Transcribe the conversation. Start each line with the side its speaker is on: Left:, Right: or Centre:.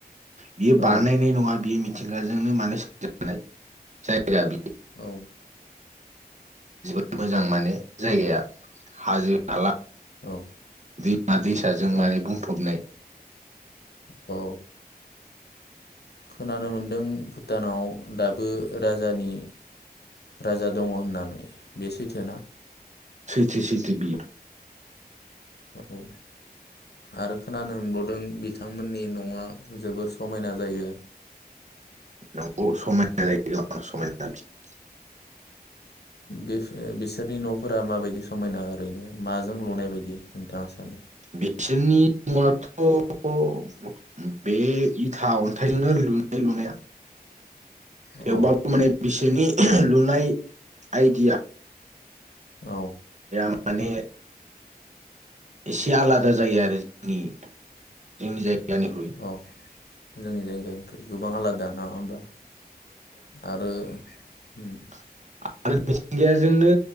Right: बियो
Left: औ
Right: बानायनाय नङा बियो मिथ मिथिंगाजोंनो माने <unintelligible> जाय <unintelligible>
Left: औ
Right: जोबोद मोजां माने जायगाया हाजो-हाला
Left: औ
Right: दैमा दैसाजों
Left: औ
Right: माने बुंफबनाय
Left: औ। खोनानो मोनदों भुटानाव दाबो राजानि राजा दङ' होननानै बे सैथो ना?
Right: सैथो सैथो बियो।
Left: औ आरो खोनानो मोनबावदों बिथांमोननि न'आ जोबोर समायना जायो।
Right: नंगौ समायना जायो <unintelligible>
Left: बिफो बिसोरनि न'फोरा माबायदि समायना ओरैनो माजों लुनाय बायदि? नोंथाङा सानो?
Right: बिसोरनि <unintelligible> <unintelligible> बे इथा अन्थाइजोंनो लुनाय लुनाया
Left: औ
Right: याव बो माने बिसनि लुनाय आइडिया
Left: औ।
Right: माने एसे आलादा जायो आरो जोंनि जोंनि जायग निख्रुइ
Left: औ जोंनि जायगानिफ्राय गोबां आलादा नङा होमबा? आरो। होम
Right: <unintelligible> मिथिंगायाजोंनो